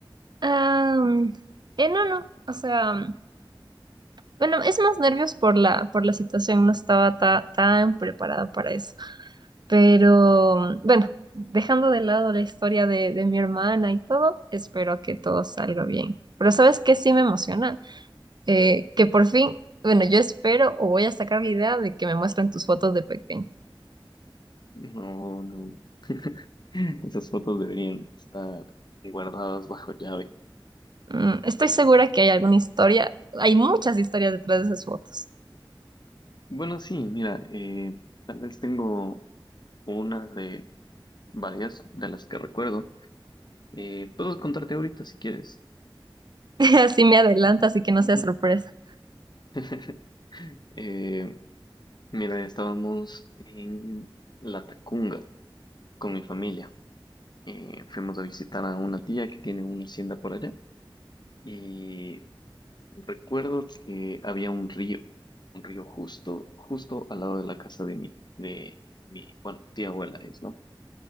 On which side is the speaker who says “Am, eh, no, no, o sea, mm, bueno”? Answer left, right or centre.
Right